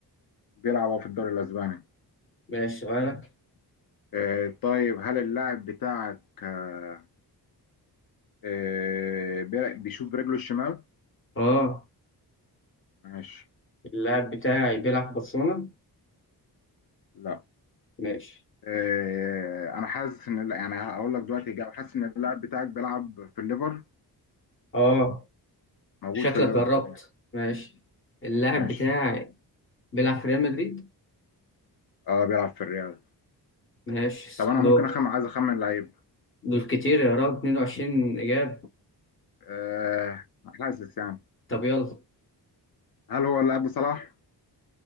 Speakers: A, on the left (about 60°); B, on the left (about 30°).
A: بيلعب هاف في الدوري الإسباني
B: ماشي سؤالك
A: إيه طيب هل اللاعب بتاعك آه، آه، بير- بيشوف برجله الشمال
B: اه
A: ماشي
B: اللاعب بتاعي بيلعب في برشلونة؟
A: لا
B: ماشي
A: آه، انا حاسس ان لا، يعني هقول لك دلوقتي إجابة. حاسس ان اللاعب بتاعك بيلعب في الليفر
B: اه
A: موجود
B: شكلك
A: في الليفر
B: قربت
A: حاليا
B: ماشي اللاعب
A: ماشي
B: بتاعي بيلعب في ريال مدريد
A: اه بيلعب في الريال
B: ماشي
A: طب انا
B: دول
A: ممكن اخمن عايز اخمن لعيب
B: دول كتير يا راجل 22 إجابة
A: أه حاسس يعني
B: طب يلا
A: هل هو اللاعب صلاح